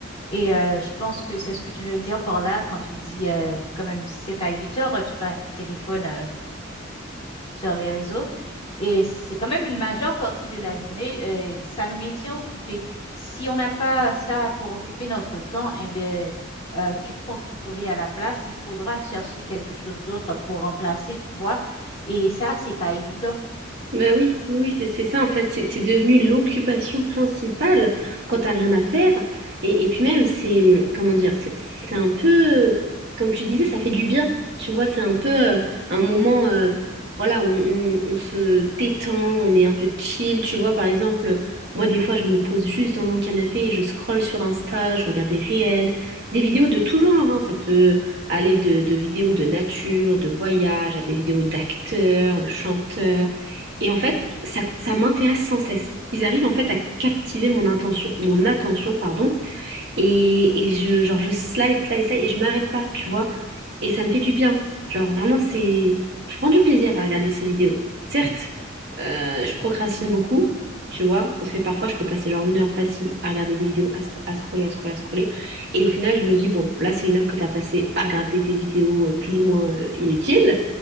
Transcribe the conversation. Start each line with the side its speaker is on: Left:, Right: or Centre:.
Left: et euh, je pense que c'est ce que tu veux dire par là quand tu dis euh, quand même 7 à 8 heures, euh, tu passes au téléphone euh, sur les réseaux et c'est quand même une majeure partie de la journée, euh, ça nous maintient occupés. Si on n'a pas ça pour occuper notre temps, eh ben, euh, qu'est-ce qu'on va trouver à la place? Il faudra chercher quelque chose d'autre pour remplacer, tu vois, et ça, c'est pas évident.
Right: Ben oui, oui, oui, c'est c'est ça en fait, c'est c'est devenu l'occupation principale quand t'as rien à faire. Et, et puis même, c'est, comment dire, c'est c'est un peu, comme tu disais, ça fait du bien, tu vois, c'est un peu euh, un moment, euh, voilà, où on, on- on se détend, on est un peu chill, tu vois, par exemple, moi des fois je me pose juste dans mon canapé et je scrolle sur Insta, je regarde des réels, des vidéos de tout genre, hein, ça peut aller de, de vidéos de nature, de voyage, à des vidéos d'acteurs, de chanteurs. Et en fait, ça, ça m'intéresse sans cesse. Ils arrivent en fait à captiver mon intention, mon attention, pardon, et, et je, genre, je slide, slide, slide, et je m'arrête pas, tu vois. Et ça me fait du bien. Genre, vraiment, c'est... Je prends du plaisir à regarder ces vidéos. Certes, euh, je procrastine beaucoup, tu vois, parce que parfois, je peux passer genre une heure facile à regarder des vidéos, à, s- à scroller, à scroller, à scroller. Et au final, je me dis, bon, là, c'est une heure que t'as passé à regarder des vidéos euh, plus ou moins euh, inutiles.